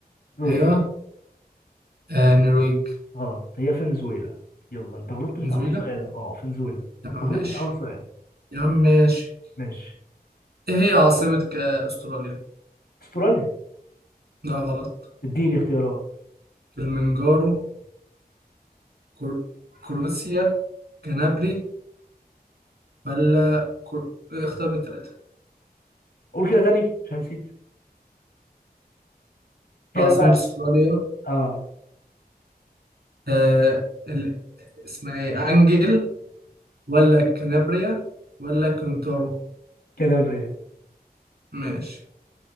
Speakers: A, on the left; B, on the right.
A: روسيا
B: ايوه آه النرويج
A: غلط هي فنزويلا يلا انت غلطت من
B: فنزويلا
A: اول سؤال اه فنزويلا
B: يا
A: انت
B: عم ماشي
A: غلطت من اول سؤال
B: يا عم ماشي
A: ماشي
B: ايه هي عاصمة ك- استراليا
A: استراليا
B: لا غلط
A: اديني اختيارات
B: كلمنجارو كر... كروسيا كنابري ولا كر... اختار من التلاتة
A: قول كده تاني عشان نسيت كده
B: عاصمة
A: بقى
B: استراليا
A: اه
B: آه ال- اسمها ايه انجل ولا كنابريا ولا كونتورو
A: كالابريا
B: ماشي